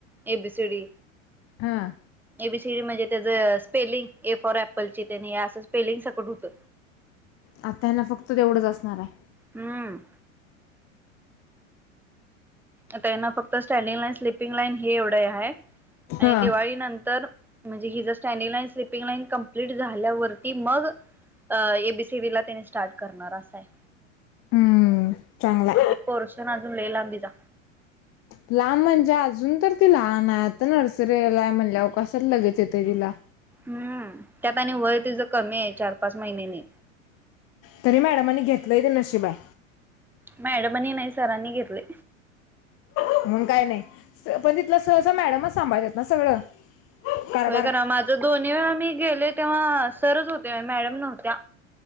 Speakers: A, in the centre; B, on the left.
A: ए बी सी डी
B: हां
A: ए बीसीडी म्हणजे त्याचं स्पेलिंग ए फॉर ऍपलची त्यानी असं स्पेलिंग सकट होतं
B: आता त्यांना फक्त तेवढंच असणार आहे
A: हम्म ता त्यांना फक्त स्टँडिंग लाईन स्लिपिंग लाईन हे एवढं आहे आणि
B: हा
A: दिवाळी नंतर म्हणजे हि जर standing line sleeping line complete झाल्यावरती मग अ एबीसी वी ला त्याने स्टार्ट करणार असा आहे
B: हम्म चांगला
A: पोरशन अजून लई लांबिचा
B: लांब म्हणजे अजून तर ती लहान आहे आता नर्सरीलाय म्हणल्या काशाल लगेच येतं तिला
A: हम्म त्यात आणि वय तिच कमी आहे चार पाच महिन्याने
B: तरी मॅडमांनी घेतलंय ते नशिबाय
A: मॅडमनी नाही सरांनी घेतले
B: म्हणून काय नाही पण तिथलं सहसा मॅडमच संभाळतात आहेत ना सगळं कारभार
A: होय करा माझं दोन्ही वेळा मी गेले तेव्हा सरच होते मॅडम नव्हत्या